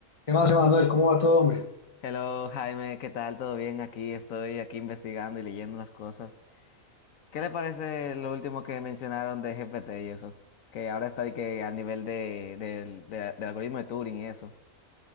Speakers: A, on the left; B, on the left.
A: ¿Qué más, Emanuel? ¿Cómo va todo, hombre?
B: Hello Jaime, ¿qué tal? ¿Todo bien? Aquí estoy aquí investigando y leyendo las cosas. ¿Qué le parece lo último que mencionaron de GPT y eso? Que ahora está de que al nivel de, del de- del algoritmo de Turing y eso.